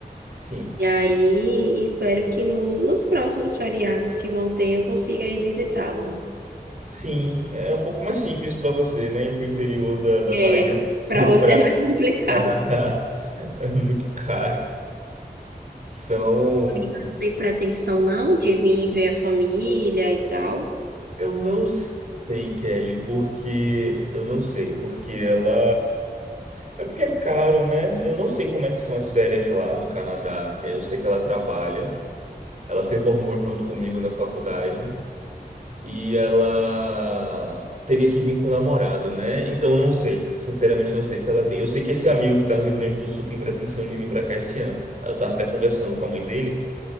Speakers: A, on the right; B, on the right.
A: Sim.
B: E aí, espero que no- nos próximos feriados que vão ter, eu consiga ir visitá-la.
A: Sim, é é um pouco mais simples para você, né? Ir pro interior da, da
B: É,
A: Bahia
B: para
A: e
B: você
A: para
B: é mais <laughs> complicado.
A: Canadá <laughs> é muito caro. São
B: Não tem pretensão, não, de vir ver a família e tal.
A: Eu não sei, Kelly, porque eu não sei, porque ela é porque é caro, né? Eu não sei como é que são as férias lá no Canadá. Eu sei que ela trabalha. Ela se formou junto comigo na faculdade e ela teria que vir com o namorado, né? Então eu não sei, sinceramente eu não sei se ela tem. Eu sei que esse amigo que tá no Rio Grande do Sul tem pretensão de vir pra cá esse ano. Eu tava até conversando com a mãe dele